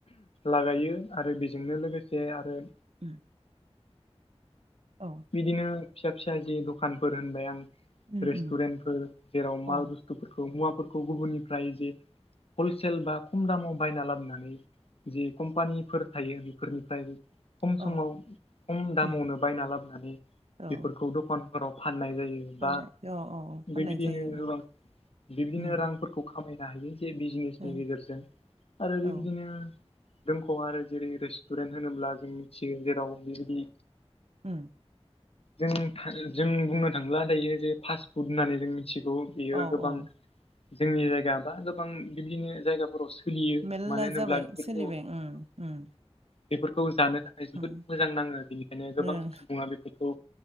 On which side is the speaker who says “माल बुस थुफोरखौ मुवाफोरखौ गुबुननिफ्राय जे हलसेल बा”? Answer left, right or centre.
Left